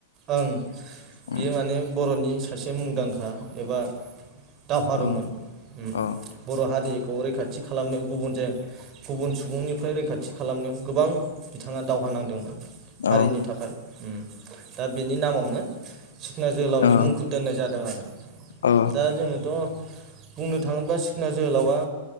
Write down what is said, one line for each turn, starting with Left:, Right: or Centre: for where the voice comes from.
Right: ओं बियो
Left: ओम
Right: माने बर'नि सासे मुंदांखा एबा दावहारुमोन
Left: औ
Right: ओम
Left: औ
Right: बर' हारिखौ रैखाथि खालामनायाव गुबुनजों गुबुन सुबुंनिफ्राय रैखाथि खालामनायाव। गोबां बिथाङा दावहा नांदोंमोन हारिनि
Left: औ
Right: थाखाय ओम। दा बेनि नामावनो सिखना जोहोलावनि
Left: औ
Right: मुंखौ दोननाय जादों आरो।
Left: औ
Right: दा जोङोथ' अ बुंनो थाङोब्ला सिखना जोहोलावा